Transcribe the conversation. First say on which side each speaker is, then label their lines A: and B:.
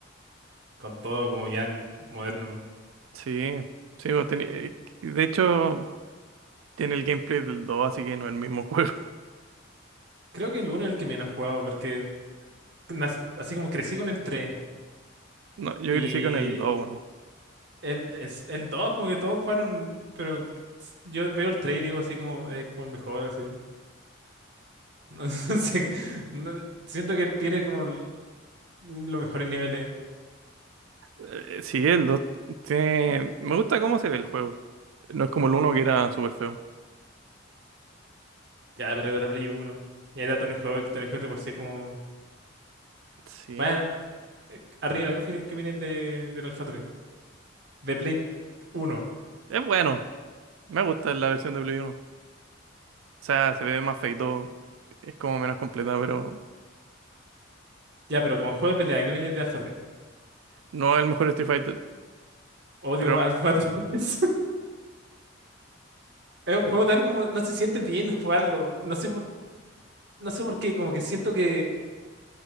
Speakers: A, on the right; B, on the right.
A: con todo como ya en moderno.
B: sí, sí, pues, teni- eh, de hecho tiene el gameplay del 2, así que no es el mismo juego. <laughs>
A: Creo que el 1 es el que menos jugaba porque nas- así como crecí con el tres
B: No, yo
A: y
B: crecí con el dos, weón.
A: el, es- el 2 como que todos jugaron, pero s- yo veo el 3 y digo así como es como el mejor así. <laughs> No, sé, no- siento que tiene como l- los mejores niveles.
B: Eh, sí, el 2, tiene... Me gusta cómo se ve el juego. No es como el uno que era súper feo.
A: Ya, pero era la Play uno Y ahí era Tony Hawk, Tony Hawk de por sí es como...
B: Sí,
A: Bueno, eh, arriba, ¿qué opini- qué opinas de, del Alpha 3? De Play uno
B: es bueno. Me gusta la versión de Play 1. O sea, se ve más feito, es como menos completa, pero
A: Ya, pero como juego de pelea, ¿qué opinas de Alpha 3?
B: no es el mejor Street Fighter.
A: Odio
B: Pero,
A: Alpha <laughs> 3. Es un
B: pero
A: juego tan como, no se siente bien jugarlo, no sé por, no sé por qué, como que siento que